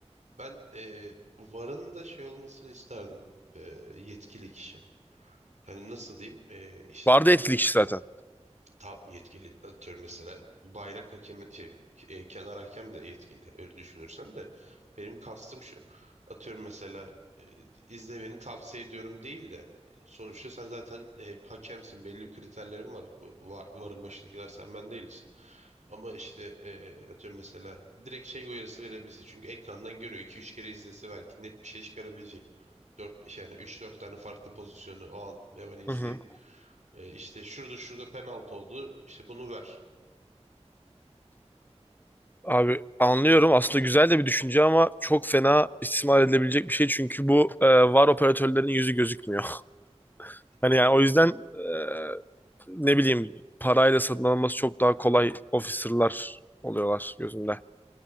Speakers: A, on the right; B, on the left.
A: Ben e, VAR'ın da şey olmasını isterdim. E, yetkili kişi. Hani nasıl diyeyim? E, işte
B: Vardı etkilik zaten.
A: tam yetkili atıyorum mesela bayrak hakemi şey e, kenar hakem de yetkili öyle düşünürsen de benim kastım şu atıyorum mesela e, izlemeni tavsiye ediyorum değil de e, sonuçta sen zaten e, hakemsin belli bir kriterlerin var. Bu var varın başındakiler sen ben değiliz ama işte e, atıyorum mesela direkt şey uyarısı verebilirsin çünkü ekrandan görüyor 2-3 kere izlese belki net bir şey çıkarabilecek. 4 yani 3-4 tane farklı pozisyonu o an hemen izleyip
B: Hı hı.
A: e, işte şurada şurada penaltı oldu. İşte bunu ver.
B: Abi anlıyorum. Aslında güzel de bir düşünce ama çok fena istismar edilebilecek bir şey. Çünkü bu e, var operatörlerin yüzü gözükmüyor. <laughs> Hani
A: Tamam.
B: yani o yüzden e, ne bileyim parayla satın alınması çok daha kolay officer'lar oluyorlar gözümde